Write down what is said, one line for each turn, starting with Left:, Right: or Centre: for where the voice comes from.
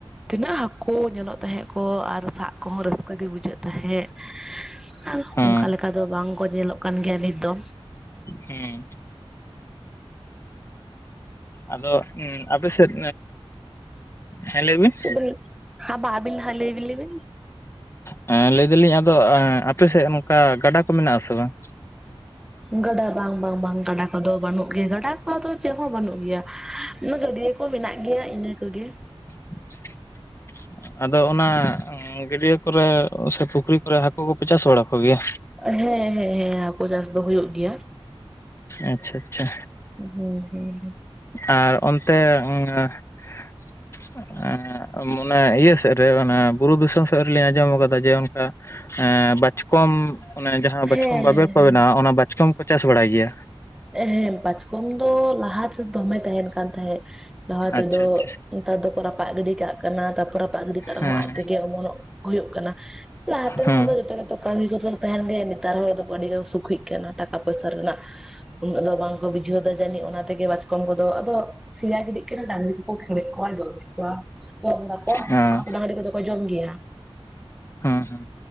Centre: ᱛᱤᱱᱟᱹᱜ ᱦᱟᱠᱳ ᱧᱮᱞᱚᱜ ᱛᱟᱦᱮᱸᱜ ᱠᱚ ᱟᱨ ᱥᱟᱵ ᱠᱚᱦᱚᱸ ᱨᱟᱹᱥᱠᱟᱹ ᱜᱮ ᱵᱩᱡᱷᱟᱹᱜ ᱛᱟᱦᱮᱸᱜ᱾ ᱟᱨ
Left: ᱦᱮᱸ
Centre: ᱚᱝᱠᱟ ᱞᱮᱠᱟ ᱫᱚ ᱵᱟᱝᱠᱚ ᱧᱮᱞᱚᱜ ᱠᱟᱱ ᱜᱮᱭᱟ ᱱᱤᱛ ᱫᱚ
Left: ᱦᱮᱸ ᱟᱫᱚ ᱟᱯᱮ ᱥᱮᱫ ᱦᱮᱸ ᱞᱟᱹᱭ ᱵᱤᱱ
Centre: ᱪᱮᱫ ᱦᱟᱸ ᱵᱟ ᱟᱵᱤᱱ ᱦᱟᱸᱜ ᱞᱟᱹᱭ ᱵᱤᱱ ᱞᱟᱹᱭ ᱵᱤᱱ
Left: ᱮᱸ ᱞᱟᱹᱭ ᱫᱟᱞᱤᱧ ᱟᱫᱚ ᱟᱯᱮ ᱥᱮᱫ ᱱᱚᱝᱠᱟ ᱜᱟᱰᱟ ᱠᱚ ᱢᱮᱱᱟᱜ ᱟᱥᱮ ᱵᱟᱝ?
Centre: ᱜᱟᱰᱟ ᱵᱟᱝ ᱵᱟᱝ ᱵᱟᱝ ᱜᱟᱰᱟ ᱠᱚᱫᱚ ᱵᱟᱹᱱᱩᱜ ᱜᱮᱭᱟ ᱜᱟᱰᱟ ᱠᱚᱫᱚ ᱪᱮᱫ ᱦᱚᱸ ᱵᱟᱹᱱᱩᱜ ᱜᱮᱭᱟ ᱜᱟᱹᱰᱭᱟᱹ ᱠᱚ ᱢᱮᱱᱟᱜ ᱜᱮᱭᱟ ᱤᱱᱟᱹ ᱠᱚᱜᱮ᱾
Left: <inaudible> ᱟᱫᱚ ᱚᱱᱟ ᱜᱟᱹᱰᱭᱟᱹ ᱠᱚᱨᱮ ᱥᱮ ᱯᱩᱠᱷᱨᱤ ᱠᱚᱨᱮ ᱦᱟᱠᱩ ᱠᱚᱯᱮ ᱪᱟᱥ ᱵᱟᱲᱟ ᱠᱚᱜᱮᱭᱟ?
Centre: ᱦᱮᱸ ᱦᱮᱸ ᱦᱮᱸ ᱦᱟᱠᱳ ᱪᱟᱥ ᱫᱚ ᱦᱩᱭᱩᱜ ᱜᱮᱭᱟ᱾
Left: ᱟᱪᱪᱷᱟ ᱟᱪᱪᱷᱟ
Centre: ᱦᱩᱸ ᱦᱩᱸ ᱦᱩᱸ
Left: ᱟᱨ ᱚᱱᱛᱮ <unintelligible> ᱮᱸ ᱢᱚᱱᱮ ᱤᱭᱟᱹ ᱥᱮᱫ ᱨᱮ ᱚᱱᱟ ᱵᱩᱨᱩ ᱫᱤᱥᱚᱢ ᱥᱮᱫ ᱨᱮᱞᱤᱧ ᱟᱸᱡᱚᱢ ᱠᱟᱫᱟ ᱡᱮ ᱚᱱᱠᱟ ᱮᱸ ᱵᱟᱪᱠᱚᱢ ᱚᱱᱮ ᱡᱟᱦᱟᱸ
Centre: ᱦᱮᱸ
Left: ᱵᱟᱪᱠᱚᱢ ᱵᱟᱵᱮᱨ ᱠᱚ
Centre: ᱦᱮᱸ
Left: ᱵᱮᱱᱟᱣᱟ ᱚᱱᱟ ᱵᱟᱪᱠᱚᱢ ᱠᱚ ᱪᱟᱥ ᱵᱟᱲᱟᱭ ᱜᱮᱭᱟ
Centre: ᱮᱸᱻ ᱦᱮᱸ ᱵᱟᱪᱠᱚᱢ ᱫᱚ ᱞᱟᱦᱟ ᱛᱮ ᱫᱚᱢᱮ ᱛᱟᱦᱮᱸᱱ ᱠᱟᱱ ᱛᱟᱦᱮᱸᱫ ᱞᱟᱦᱟ ᱛᱮᱫᱚ
Left: ᱟᱪᱪᱷᱟ ᱟᱪᱪᱷᱟ
Centre: ᱱᱮᱛᱟᱨ ᱫᱚᱠᱚ ᱨᱟᱯᱟᱜ ᱜᱤᱰᱤ ᱠᱟᱜ ᱠᱟᱱᱟ <inaudible> ᱨᱟᱯᱟᱜ ᱜᱤᱰᱤ ᱠᱟᱜ
Left: ᱦᱮᱸ
Centre: ᱨᱮᱦᱚᱸ ᱟᱡ ᱛᱮᱜᱮ ᱚᱢᱚᱱᱚᱜ ᱦᱩᱭᱩᱜ ᱠᱟᱱᱟ ᱞᱟᱦᱟᱛᱮᱱ
Left: ᱦᱮᱸ
Centre: ᱦᱚᱲ ᱫᱚ ᱡᱚᱛᱚ ᱛᱚ ᱠᱟᱹᱢᱤ ᱠᱚᱫᱚ ᱛᱟᱦᱮᱸᱱ ᱜᱮ ᱱᱮᱛᱟᱨ ᱦᱚᱲ ᱫᱚ ᱟᱹᱰᱤ ᱜᱮ ᱥᱩᱠᱷᱤᱜ ᱠᱟᱱᱟ ᱴᱟᱠᱟ ᱯᱚᱭᱥᱟ ᱨᱮᱱᱟᱜ ᱩᱱᱟᱹᱜ ᱫᱚ ᱵᱟᱝᱠᱚ ᱵᱩᱡᱷᱟᱹᱣ ᱮᱫᱟ ᱡᱟᱹᱱᱤᱡ ᱚᱱᱟ ᱛᱮᱜᱮ ᱵᱟᱪᱠᱚᱢ ᱠᱚᱫᱚ ᱟᱫᱚ ᱥᱮᱭᱟ ᱜᱤᱰᱤᱜ ᱠᱟᱱᱟ ᱰᱟᱝᱨᱤ ᱠᱚᱠᱚ ᱠᱷᱟᱹᱲᱮᱫ ᱠᱚᱣᱟ ᱡᱚᱢᱮᱫ ᱠᱚᱣᱟ ᱠᱚᱢ ᱫᱟᱠᱚ
Left: ᱦᱮᱸ
Centre: ᱰᱟᱝᱨᱤ ᱠᱚᱫᱚ ᱠᱚ ᱡᱚᱢ ᱜᱮᱭᱟ
Left: ᱦᱩᱸ ᱦᱩᱸ